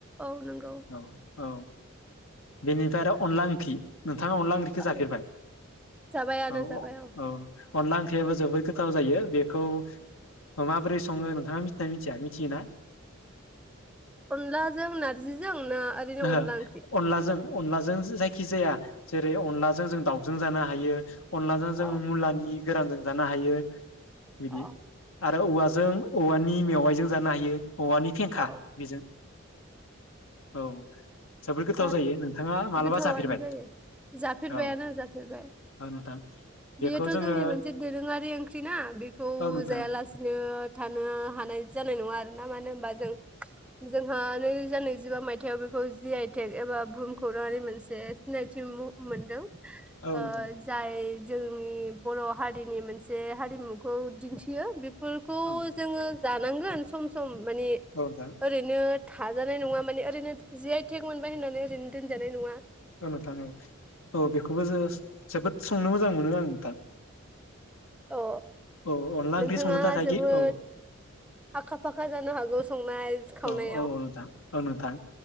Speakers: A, in the centre; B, on the left.
A: औ नंगौ
B: औ। औ बेनिफ्राय आर अनला ओंख्रि नोंथाङा अनला ओंख्रिखौ
A: औ
B: जाफेरबाय?
A: जाबायानो
B: औ औ
A: जाबाय
B: औ। अनला ओंख्रियाबो जोबोद गोथाव जायो। बेखौ माबोरै सङो, नोंथाङा मिथियोना मिथिया मिथियोना?
A: अनलाजों नारजिजों? ना आजिजों
B: ओहो
A: अनला ओंख्रि?
B: अनलाजों अनलाजों जायखि जाया जेरै- अनलाजों जों दाउजों जानो हायो। अनलाजों जोङो
A: अ
B: मुलानि गोरानजों जानो हायो। बिदि।
A: अ
B: आरो औवाजों औवानि मेवाइजों जानो हायो। औवानि फेंखा
A: औ
B: बेजों। <inaudible>
A: जाथ
B: जायो नोंथाङा मालाबा
A: गोथावानो
B: जाफेरबाय
A: जायो जाफेरबायानो
B: औ
A: जाफेरबाय
B: औ नोंथां बेखौ
A: बेयोथ'
B: जोङो
A: जोंनि मोनसे दोरोङारि ओंख्रि ना बेखौ
B: औ नोंथां
A: जायालासिनो थानो हानाय जानाय नङा आरो ना मानो होनबा जों जोंहा नैरोजा नैजिबा मायथाइयाव बेखौ जि आइ टेक एबा बुहुम खौरांनि मोनसे सिनायथि मोनदों।
B: औ
A: ओ
B: नोंथां
A: जाय जोंनि बर' हारिनि मोनसे हारिमुखौ दिन्थियो बे फोरखौ
B: औ
A: जोङो जानांगोन सम सम मानि
B: नोंथां
A: ओरैनो थाजानाय नङा माने ओरैनो जे थेग मोनबाय होननानै ओरैनो दोनजानाय नङा।
B: औ नोंथां औ औ बेखौबो जोस जोबोद संनो मोजां मोनो आं नोंथां।
A: अ
B: औ अनला
A: नोंथाङा
B: ओंख्रि संनो थाखाय
A: जोबोद
B: औ
A: आखा फाखा जानो हागौ संनाय खावनायाव
B: औ औ औ नोंथां औ नोंथां